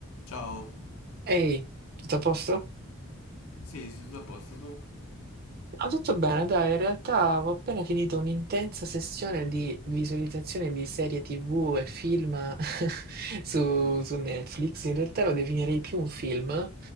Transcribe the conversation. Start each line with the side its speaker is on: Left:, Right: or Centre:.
Left: Ciao.
Right: Ehi, tutto a posto?
Left: Sì, sì, tutto a posto tu?
Right: Ah, tutto bene, dai, in realtà ho appena finito un'intensa sessione di visualizzazione di serie TV e film <laughs> su,
Left: Mm.
Right: su Netflix. In realtà lo definirei più un film.